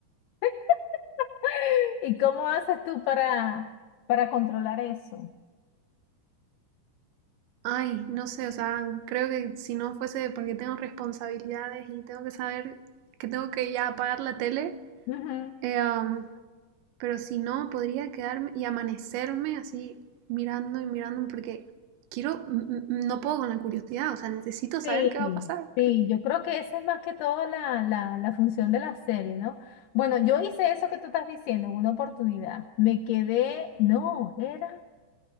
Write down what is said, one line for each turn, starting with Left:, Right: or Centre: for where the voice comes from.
Left: <laughs> ¿Y cómo haces tú para, para controlar eso?
Right: Ay, no sé, o sea, creo que si no fuese porque tengo responsabilidades y tengo que saber que tengo que ya apagar la tele.
Left: Ujú.
Right: Eh, am, pero si no, podría quedarme y amanecerme así mirando y mirando porque quiero, m- m- no puedo con la curiosidad, o sea, necesito saber
Left: Sí,
Right: qué va a pasar.
Left: sí, yo creo que esa es más que todo la, la, la función de la serie, ¿no? Bueno, yo hice eso que tú estás diciendo en una oportunidad. Me quedé, no, era,